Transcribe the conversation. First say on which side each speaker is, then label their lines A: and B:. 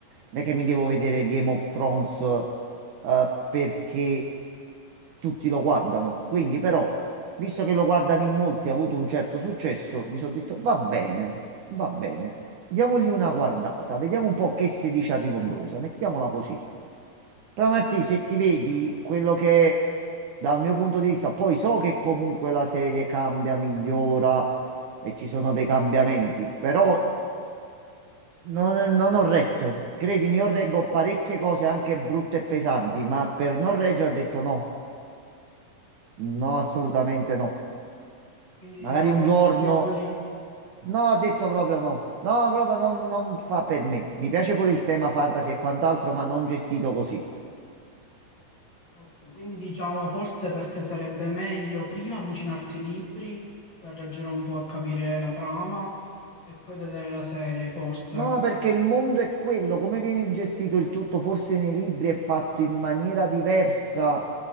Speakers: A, on the right; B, on the left.
A: Non è che mi devo vedere Game of Thrones eh, perché tutti lo guardano. Quindi, però, visto che lo guardano in molti, ha avuto un certo successo, mi sono detto va bene, va bene. Diamogli una guardata, vediamo un po' che si dice a Rivombrosa, mettiamola così. Però Martì,
B: Sì.
A: se ti vedi quello che è, dal mio punto di vista, poi so che comunque la serie cambia, migliora e ci sono dei cambiamenti, però non, non ho retto, credimi, io reggo parecchie cose anche brutte e pesanti, ma per non reggere ho detto no, no, assolutamente
B: ok.
A: no.
B: Quindi
A: Magari
B: diciamo
A: un
B: proprio
A: giorno,
B: a priori.
A: no, ho detto
B: eh.
A: proprio no, no, proprio non, non fa per me. Mi piace pure il tema fantasy e quant'altro, ma non gestito così.
B: Ok, Quindi diciamo, forse per te sarebbe meglio prima avvicinarti ai libri per leggere un po' e capire la trama e poi vedere la serie, forse.
A: No, perché il mondo è quello, come viene gestito il tutto, forse nei libri è fatto in maniera diversa.